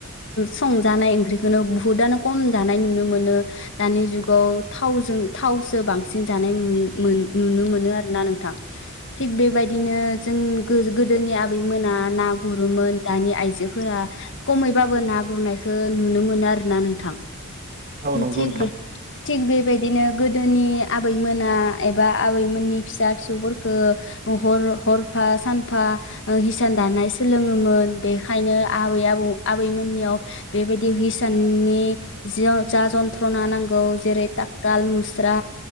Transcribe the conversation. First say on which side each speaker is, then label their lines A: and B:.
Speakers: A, on the left; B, on the right.
A: संजानाय ओंख्रिखौनो बुहुतआनो खम जानाय नुनो मोनो। दानि जुगाव थाव जों थावसो बांसिन जानाय मोन नुनो मोनो आरोना नोंथां। थि बेबायदिनो जों गोदोनि आबै मोनोना ना गु रोमोन। दानि आइजोफोरा खमैबाबो ना गुरनायखौ नुनो मोनो आरो ना नोंथां।
B: औ नंगौ
A: थिग
B: नोंथां
A: थिग बेबायदिनो गोदोनि आबैमोना एब बा आबैमोननि फिसा फिसौफोरखौ हर हरफा सानफा हिसान दान नाय सोलोङोमोन। बेखायनो आबै आबौ आबैमोननियाव बेबायदि हिसाननि जा जन्थ्रना नांगौ जेरै ततकाल मुस्रा